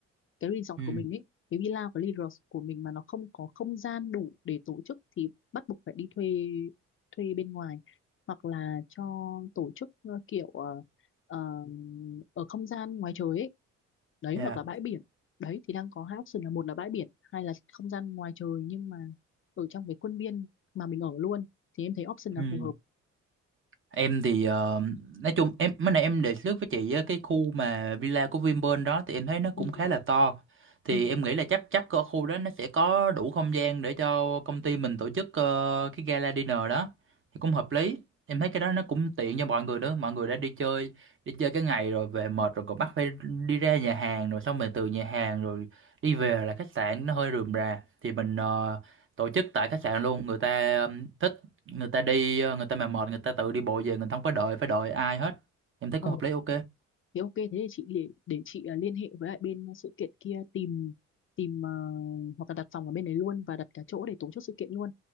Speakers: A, on the left; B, on the right.
A: cái resort
B: ừ
A: của mình ấy cái villa của resort của mình mà nó không có không gian đủ để tổ chức thì bắt buộc phải đi thuê thuê bên ngoài hoặc là cho tổ chức ờ, kiểu ờ, ờ, ở không gian ngoài trời ấy đấy
B: dạ
A: hoặc là bãi biển đấy thì đang có hai option là một là bãi biển hai là không gian ngoài trời nhưng mà ở trong cái khuôn viên mà mình ở luôn thì em thấy option là
B: ừ
A: phù hợp
B: Em thì ờ, nói chung em mới nãy em đề xuất với chị á, cái khu mà villa của Vinpearl đó thì em thấy nó
A: ừ
B: cũng khá là to. Thì
A: ừ
B: em nghĩ là chắc chắc ở khu đó nó sẽ có đủ không gian để cho công ty mình tổ chức ờ, cái gala dinner đó. Thì cũng hợp lý. Em thấy cái đó nó cũng tiện cho mọi người nữa, mọi người đã đi chơi, đi chơi cái ngày rồi về mệt rồi còn bắt phải đi ra nhà hàng rồi xong mình từ nhà hàng rồi đi về là khách sạn nó hơi rườm rà. Thì mình ờ, tổ chức tại khách sạn luôn, người ta ờ, thích người ta đi ờ, người ta mà mệt người ta tự đi bộ về mình không có đợi phải đợi ai hết em thấy cũng
A: ừ
B: hợp lý ok
A: Thế ok, thế thì chị để, để chị à, liên hệ với lại bên sự kiện kia tìm tìm ờ, hoặc là đặt phòng ở bên đấy luôn và đặt cả chỗ để tổ chức sự kiện luôn.